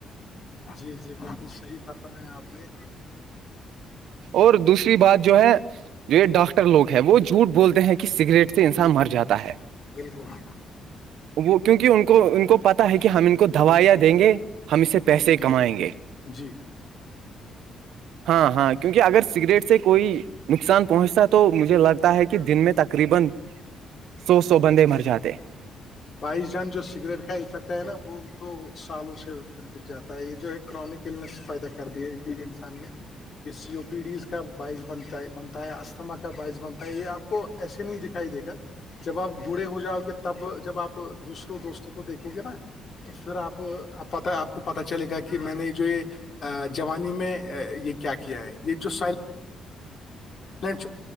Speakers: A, on the left; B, on the right.
A: جی جی بالکل صحیح فرم ہے آپ نے
B: اور دوسری بات جو ہے جو یہ ڈاکٹر لوگ ہے وہ جھوٹ بولتے ہیں کہ سگریٹ سے انسان مر جاتا ہے
A: بالکل
B: وہ کیونکہ ان کو ان کو پتا ہے کہ ہم ان کو دوائیاں دیں گے ہم اسے پیسے
A: جی
B: کمائیں گے
A: جی
B: ہاں ہاں کیونکہ اگر سگریٹ سے کوئی نقصان پہنچتا ہے تو مجھے لگتا ہے کہ دن میں تقریبا سو سو بندے مر جاتے
A: بائیس جان جو سگریٹ کا افیکٹ ہے نا وہ تو سالوں سے جاتا ہے یہ جو ہے کرونکس پیدا کر دی ہے انسان نے یہ سی او پی ڈیز کا باعث بنتا بنتا ہے اسھما کا باعث بنتا ہے یہ آپ کو ایسے نہیں دکھائی دے گا جب آپ بھے ہو جاؤ گے تب جب آپ دوسروں دوستوں کو دیکھو گے نا تو پھر آپپ پ آپ کو پت چلے گا کہ میں نے جو یہ جوانی میں یہ کیا کیا ہے یہ جو سائل ب